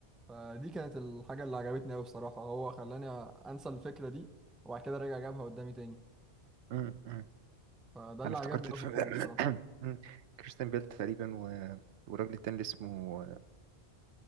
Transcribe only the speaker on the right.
امم أمم.
انا افتكرت
الفيلم
ده
<coughs> أمم. كريستيان بيل تقريبا و... والراجل التاني اللي اسمه